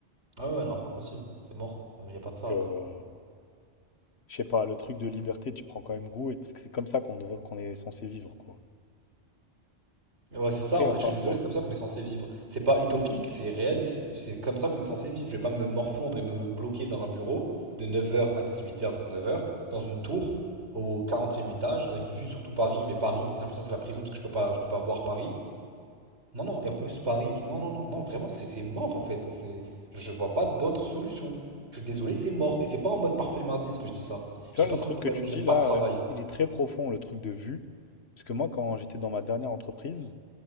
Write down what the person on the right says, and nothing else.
Ah ouais, non, c'est pas possible. C'est mort. Il y a
pas de ça,
genre.
Mais ouais, c'est
ça, en fait,
je suis
désolé,
c'est comme ça qu'on est censé vivre. C'est pas utopique, c'est réaliste. C'est comme ça qu'on est censé vivre. Je vais pas me morfondre et me bloquer dans un bureau de 9 heures à 18h, 19 heures, dans une tour au 40e étage, avec vue sur tout Paris, mais Paris, j'ai l'impression que c'est la prison parce que je peux pas, je peux pas voir Paris. Non, non, et en plus Paris et tout. Non, non, non, non, vraiment, c'est c'est mort en fait. C'est, je vois pas d'autre solution. Je suis désolé, c'est mort. Et c'est pas en mode parfait le mardi ce que je dis ça.
Je dis
pas ça
en mode, ouais,
moi j'aime
pas
le travail.